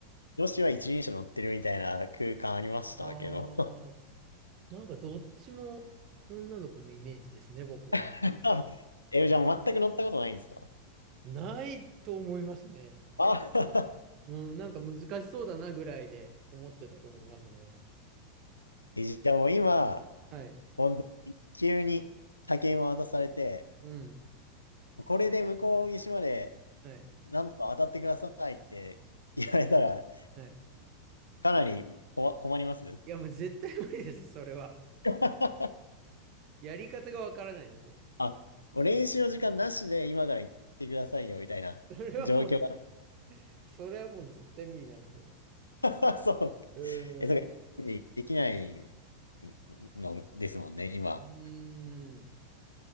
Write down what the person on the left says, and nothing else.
女子は一輪車乗ってるみたいな空間ありましたけど。
<laughs> あえ、
じゃあもう全く乗ったことないんですか
あ
<laughs> え、じゃあもう今、
本当に急に竹馬渡されて、
これで向こう岸まで
なんとか渡ってくださいって言われたら、
かなりこわ困ります
<laughs>
あ、もう練習の時間なしで今から行ってくださいよみたいな状況
が。<laughs> そう。
え、そうか、できないのですもんね、今。